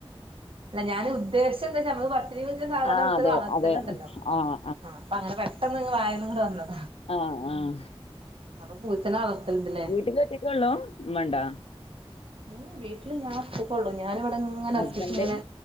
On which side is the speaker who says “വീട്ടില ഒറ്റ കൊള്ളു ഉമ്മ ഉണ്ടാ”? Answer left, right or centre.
Left